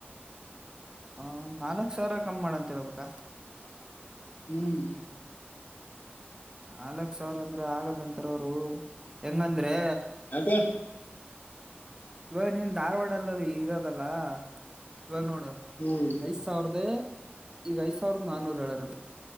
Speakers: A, on the right; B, on the left.
A: ಆ ನಾಲಕ್ ಸಾವರಾ ಕಮ್ಮ ಮಾಡ ಅಂತ ಹೇಳ್ಬೇಕಾ.
B: ಹ್ಮ್
A: ನಾಲಕ್ಕ್ ಸಾವರ ಅಂದ್ರೆ ಆಗಲ್ಲಂತರ ಅವರು ಹೆಂಗಂದ್ರೆ
B: ಯಾಕ
A: ಇವಾಗ ನೀನ್ ಧಾರವಾಡಲ್ಲಲ್ಲಿ ಇರೋದಲ್ಲ ಇವಾಗ ನೋಡು.
B: ಹ್ಮ್
A: ಐದ್ ಸಾವಿರದ ಈಗ ಐದ್ ಸಾವರದ ನಾನ್ನೂರ್ ಹೇಳ್ಯಾರ್